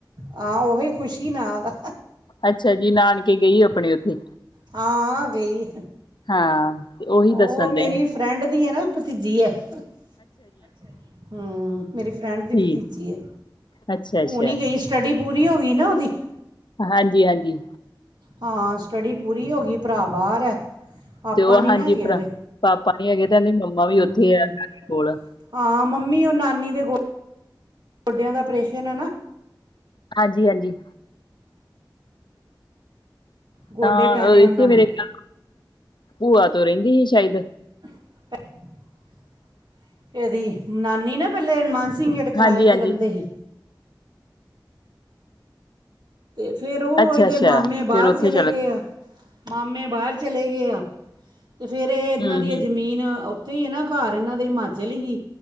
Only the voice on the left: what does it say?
ਅੱਛਾ ਜੀ ਨਾਨਕੇ ਗਈ ਆਪਣੇ ਉੱਥੇ
ਹਾਂ ਤੇ ਉਹੀ
ਦੱਸਣ
ਦਈ
ਠੀਕ
ਅੱਛਾ ਅੱਛਾ
ਹਾਂਜੀ-ਹਾਂਜੀ
ਤੇ ਉਹ
ਹਾਂਜੀ
ਭਰਾ
ਪਾਪਾ ਨੀ ਹੈਗੇ ਤੇ ਆਂਦੀ ਮੰਮਾ ਵੀ
ਉੱਥੇ ਆ ਹਾਡੇ ਕੋਲ।
ਹਾਂਜੀ-ਹਾਂਜੀ
ਤਾਂ
ਇੱਥੇ ਮੇਰੇ
ਖ ਭੂਆ ਤੋਂ ਰਹਿੰਦੀ ਹੀ ਸ਼ਾਇਦ
ਹਾਂਜੀ
ਹਾਂਜੀ
ਅੱਛਾ
ਅੱਛਾ
ਫੇਰ ਉੱਥੇ
ਹੂੰ
ਹੂੰ